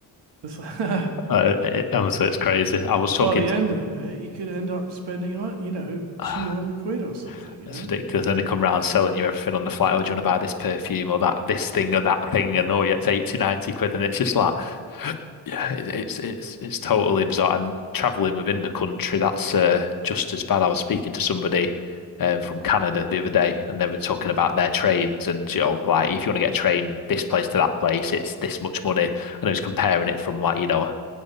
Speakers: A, on the right (about 75°); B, on the left (about 55°).
A: It's like, <laughs>
B: Uh, it, honestly, it's crazy. I was talking.
A: by the end of it, you could end up spending, uh, you know,
B: <sighs>
A: 200
B: uh,
A: quid or something, you
B: It's
A: know?
B: ridiculous. Then they come round selling you everything on the flight. Oh, do you want to buy this perfume or that this thing or that thing? And oh, yeah, it's 80, 90 quid. And it's just like, yeah, it, it's it's it's totally bizarre. And traveling within the country, that's uh, just as bad. I was speaking to somebody um, from Canada the other day, and they were talking
A: Yeah.
B: about their trains and you know, like if you want to get a train this place to that place, it's this much money. And I was comparing it from like you know